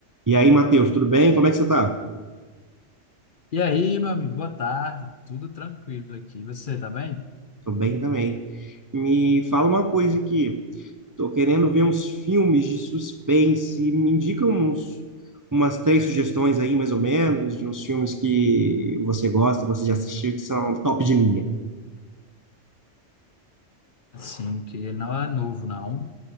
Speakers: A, on the right; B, on the left.
A: E aí, Matheus, tudo bem? Como é que você tá?
B: E aí, meu amigo, boa tarde. Tudo tranquilo aqui. Você tá bem?
A: Tô bem também. Me fala uma coisa aqui. Tô querendo ver uns filmes de suspense. Me indica uns, umas três sugestões aí, mais ou menos, de uns filmes que você gosta, você já assistiu, que são top de linha.
B: Assim, que ele não é novo, não,